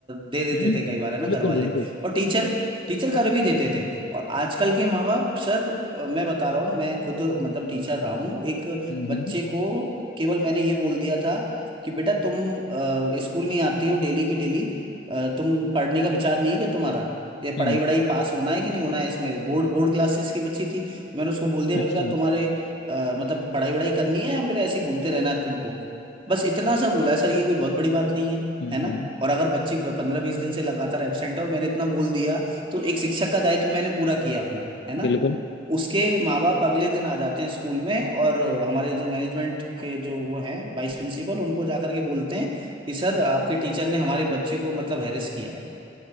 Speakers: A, on the right (about 25°); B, on the left (about 65°).
A: दे
B: हम्म
A: देते थे कई बार है ना
B: बिल्कुल
A: घर वाले
B: बिल्कुल
A: और टीचर टीचर कर भी देते थे और आजकल के माँ बाप सर अ, मैं बता रहा हूँ मैं खुद मतलब टीचर रहा हूँ एक
B: हम्म
A: बच्चे
B: हम्म
A: को केवल मैंने ये बोल दिया था कि बेटा तुम अ, स्कूल नहीं आती हो डेली की डेली अ, तुम पढ़ने का विचार नहीं है क्या तुम्हारा ये
B: हम्म,
A: पढ़ाई वढ़ाई पास होना है कि नहीं होना है इसमें बोर्ड बोर्ड क्लासेस की बच्ची थी तो मैंने उसको बोल दिया
B: अच्छा
A: मैंने कहा तुम्हारे अ, मतलब पढ़ाई वढ़ाई करनी है या फिर ऐसे ही घूमते रहना है तुमको बस इतना सा बोला है सर ये कोई बहुत बड़ी बात नहीं है
B: हम्म
A: है ना
B: हम्म
A: और अगर बच्ची पंद्रह बीस दिन से लगातार एब्सेंट है और मैंने इतना बोल दिया तो एक शिक्षक का दायित्व मैंने पूरा किया अपना है ना
B: बिल्कुल <laughs>
A: उसके माँ बाप अगले दिन आ जाते हैं स्कूल में और हमारे जो मैनेजमेंट के जो वो हैं वाइस प्रिंसिपल उनको जा करके बोलते हैं कि सर आपके टीचर ने हमारे बच्चे को मतलब हैरेस किया है